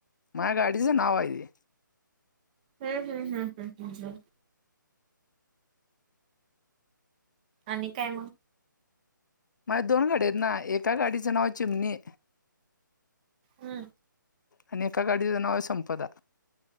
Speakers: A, on the left; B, on the right.
A: माझ्या गाडीचं नाव आहे ते.
B: हम्म हम्म हम्म हम्म हम्म हम्म. आणि काय मग?
A: माया दोन गाडयेत आहे ना एका गाडीचा नाव चिमणे
B: हम्म.
A: आणि एका गाडीचं नाव आहे संपदा.